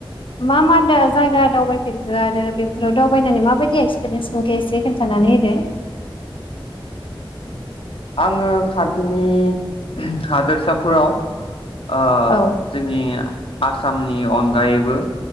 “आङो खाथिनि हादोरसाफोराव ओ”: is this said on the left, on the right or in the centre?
Left